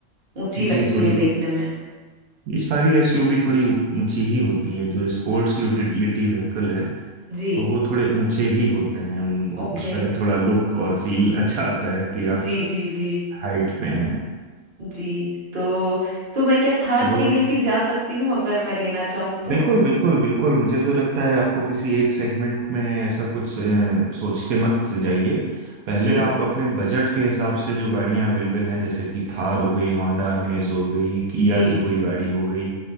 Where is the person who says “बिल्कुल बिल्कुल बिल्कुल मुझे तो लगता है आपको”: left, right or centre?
Right